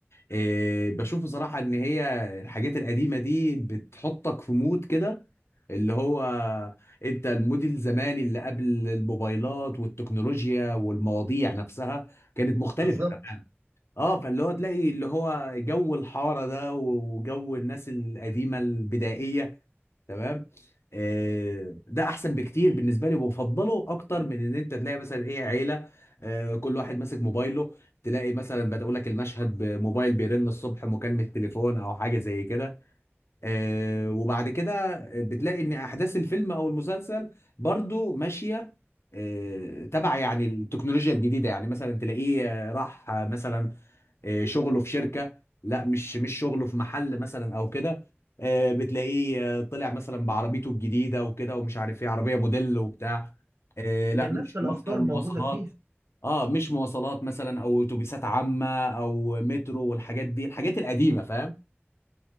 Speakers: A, on the left; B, on the right.
A: إيه بشوف بصراحة ان هي الحاجات القديمة دي بتحطك في مود كده اللي هو انت المود الزماني اللي قبل الموبايلات والتكنولوجيا والمواضيع نفسها كانت مختلفة
B: بالظبط
A: اه فاللي هو تلاقي اللي هو جو الحارة ده وجو الناس القديمة البدائية تمام آه ده احسن بكتير بالنسبة لي وبفضله اكتر من ان انت تلاقي مثلا ايه عيلة آه كل واحد ماسك موبايله تلاقي مثلا بدأوا لك المشهد بموبايل بيرن الصبح مكالمة تليفون او حاجة زي كده آه وبعد كده بتلاقي ان احداث الفيلم او المسلسل برضو ماشية آه، تبع يعني التكنولوجيا الجديدة يعني مثلا تلاقيه آه، راح آه، مثلا آه، شغله في شركه لا مش مش شغله في محل مثلا او كده آه، بتلاقيه آه، طلع مثلا بعربيته الجديده وكده ومش عارف ايه عربيه موديل وبتاع آه، لا
B: كان
A: مش
B: نفس الأفكار
A: مثلا مواصلات
B: موجودة فيها
A: اه مش مواصلات مثلا او اتوبيسات عامه او مترو والحاجات دي الحاجات القديمه فاهم